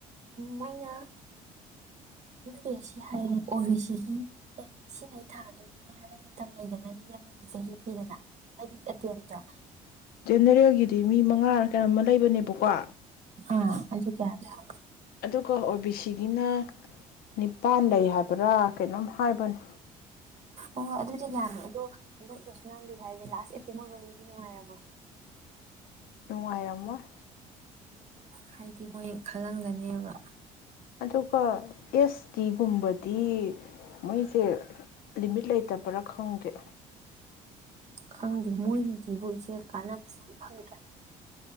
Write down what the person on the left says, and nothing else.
ꯖꯦꯔꯅꯦꯜꯒꯤꯗꯤ ꯃꯤ ꯃꯉꯥꯔꯥ ꯀꯌꯥꯅꯣꯝ ꯂꯩꯕꯅꯦꯕꯀꯣ,
ꯑꯗꯨꯒ ꯑꯣ ꯕꯤ ꯁꯤ ꯒꯤꯅ ꯅꯤꯄꯥꯟ ꯂꯩ ꯍꯥꯕ꯭ꯔꯥ ꯀꯩꯅꯣꯝ ꯍꯥꯢꯕꯅꯦ
ꯅꯨꯡꯉꯥꯢꯔꯝꯃꯣꯢ꯫
ꯑꯗꯨꯒ ꯑꯦꯁ ꯇꯤꯒꯨꯝꯕꯗꯤ ꯃꯣꯏꯁꯦ ꯂꯤꯃꯤꯠ ꯂꯩꯇꯕ꯭ꯔꯥ ꯈꯪꯗꯦ